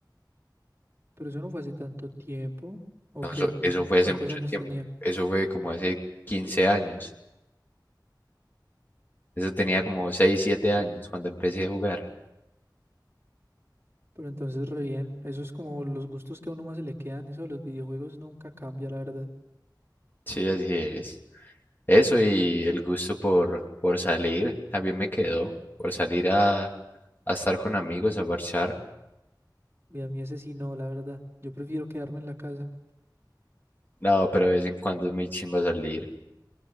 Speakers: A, on the right; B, on the left.
A: pero eso no fue hace tanto tiempo. ¿O
B: No,
A: qué?
B: eso,
A: ¿Cu-
B: eso fue hace
A: ¿Cuántos
B: mucho
A: años
B: tiempo.
A: tenía?
B: Eso fue como hace 15 años. Eso tenía como 6 7 años cuando empecé a jugar.
A: Pero entonces re bien, eso es como los gustos que a uno más se le quedan, eso de los videojuegos nunca cambia, la verdad.
B: Sí, así es. Eso y el gusto por, por salir también me quedó. Por salir a, a estar con amigos, a marchar
A: Y a mí ese sí no, la verdad. Yo prefiero quedarme en la casa.
B: No, pero de vez en cuando es muy chimba salir.